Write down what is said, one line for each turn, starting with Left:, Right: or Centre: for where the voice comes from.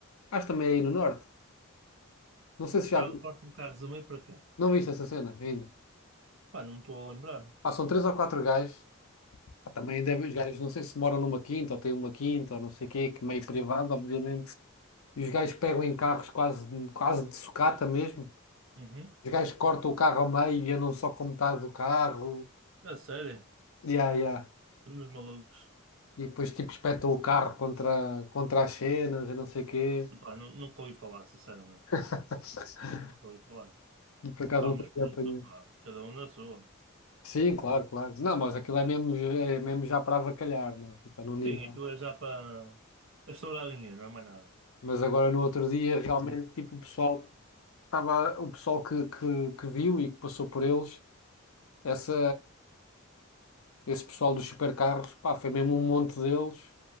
Left: Acho também é aí no norte. Não sei se
Right: carro,
Left: já vi,
Right: corto-me carros a meio para quê?
Left: não viste essa cena ainda.
Right: Pá, não me estou a lembrar.
Left: Passam três ou quatro gajos Pá, Também deve, os gajos, não sei se moram numa quinta ou têm uma quinta ou não sei o quê, que meio privado, obviamente. E os gajos pegam em carros quase, quase de sucata mesmo.
Right: Uhum.
Left: Os gajos cortam o carro ao meio e andam só com metade do carro.
Right: A sério,
Left: Yeah, yeah.
Right: somos malucos.
Left: E depois tipo espetam o carro contra, contra as cenas e não sei o quê.
Right: Pá, nu- nunca ouvi falar, sinceramente.
Left: <laughs>
Right: Nunca ouvi falar.
Left: Por acaso
Right: Pá,
Left: não
Right: mas pronto,
Left: tenho apanhado.
Right: pá, cada um na sua.
Left: Sim, claro, claro. Não, mas aquilo é mesmo, é mesmo já para avacalhar, né? Tipo, é num nível.
Right: Sim, aquilo é já para para estourar dinheiro, não é mais nada.
Left: Mas agora no outro dia realmente tipo o pessoal estava o pessoal que, que, que viu e que passou por eles essa, esse pessoal dos supercarros, pá, foi mesmo um monte deles,